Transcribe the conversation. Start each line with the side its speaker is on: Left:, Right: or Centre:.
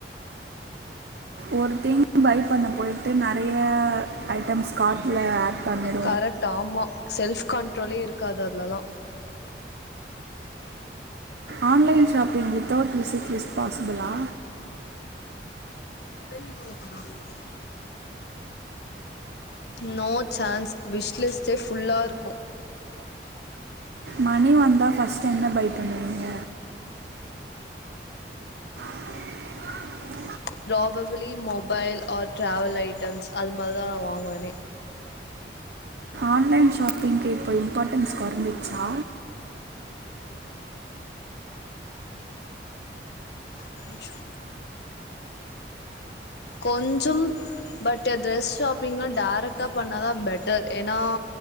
Right: ஒரு திங்க் பை பண்ண போய்ட்டு நெறைய ஐட்டம்ஸ் காட்ல ஆட் பண்ணிடு
Left: கரெக்ட் ஆமா செல்ஃப் கண்ட்ரோலே இருக்காது அதுலெல்லா
Right: online shopping without wishlist பாசிபளா
Left: <unintelligible> no chance விஷ்லிஸ்ட்டே ஃபுல்லா இருக்கோ
Right: மணி வந்தா ஃபர்ஸ்ட்டு என்ன பை பண்ணுவீங்க <inaudible>
Left: probably mobile or travel items அது மாரி தா நா வாங்குவனே
Right: ஆன்லைன் ஷாப்பிங்க்கு இப்போ இம்பார்ட்டன்ஸ் கொறஞ்சிச்சா
Left: கொஞ்சோ கொஞ்சோம் பட் ட்ரெஸ் ஷாப்பிங்னா டேரக்ட்டா பண்ணாதா பெட்டர் ஏனா